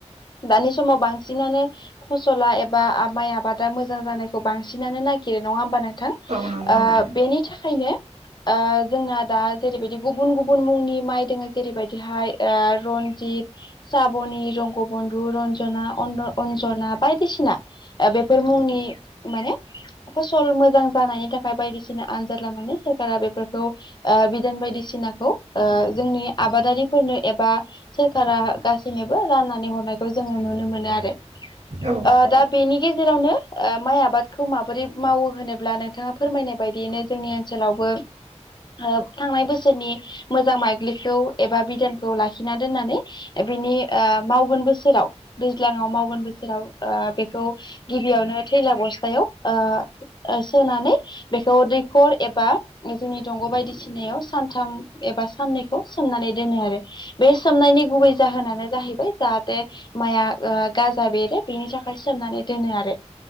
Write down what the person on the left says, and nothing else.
दानि समाव बांसिनानो फसला एबा माइ आबादा मोजां जानायखौ बांसिनानो न नायगिरो नंङा होमबा नों थां ओ
बेनि थाखायनो ओ जोंना दा जेरैबायदि गुब मुंनि माइ दोङो जेरैबायदिहाय ओ रनजित साबनि रंगबन्धु रनज जना अनद अन्जना बायदिसिना ओ बेफोर मुंनि माने फसल मोजां जानायनि थाखाय बायदिसिना आनजाद लानानै सोरखारा बेफोरखौ ओ बिदान बायदिसिना खौ ओ जोंनि आबादारिफोरनो एबा सोरखारा गासैनोबो राननानै हरनायखौ ज जोङो नुनो मोनो आरो ओ
दा बेनि गेजेरावनो ओ माइ आबादखौ माबोरै मावो होनोब्ला नोंथाङा फोरमायनाय बायदियैनो जोंनि ओनस सोलावबो ओ थांनाय बोसोरनि मोजां माइग्लिखौ एबा बिधानखौ लाखिना दोननानै बिनि ओ मावगोन बोसोराव आव दैज्लाङाव मावगोन बोसोराव ओ बेखौ गिबियावनो थैला बस्थायाव ओ ओ सोनानै बेखौ दैखर एबा उम जोंनि दंग' बायदिसिनायाव सानथाम एबा साननैखौ सोमनानै दोनो आरो बे सोमनायनि गुबै जाहोनानो जाहैबाय जाहाते माइआ ओ गाजा बेरो बेनि थाखाय सोमनानै दोनो आरो